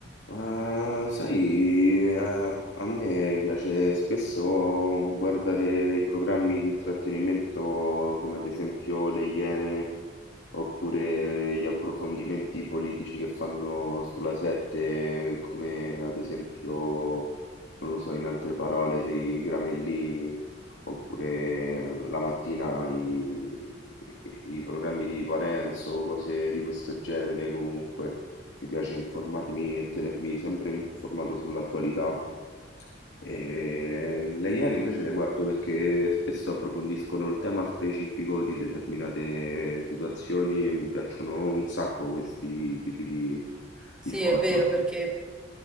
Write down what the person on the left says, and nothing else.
Ma sai, eh, a me piace spesso guardare dei programmi di intrattenimento come ad esempio Le Iene oppure gli approfondimenti politici che fanno sulla 7, come ad esempio, non lo so, in altre parole, dei Gramellini oppure la mattina i, i programmi di Parenzo, cose di questo genere comunque. Mi piace informarmi e tenermi sempre informato sull'attualità. E le Iene invece le guardo perché spesso approfondiscono il tema specifico di determinate situazioni e mi piacciono un sacco questi tipi di,
di format.